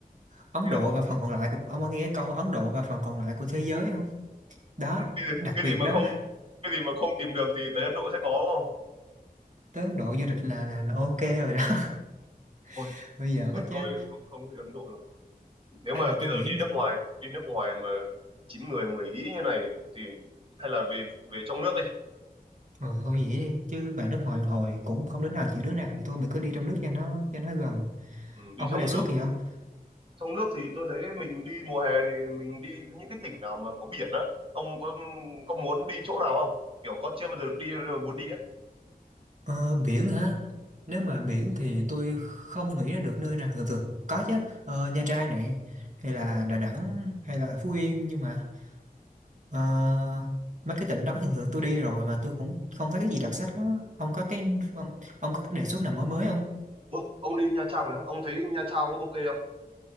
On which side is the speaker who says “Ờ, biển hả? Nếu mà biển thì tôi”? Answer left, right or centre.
Right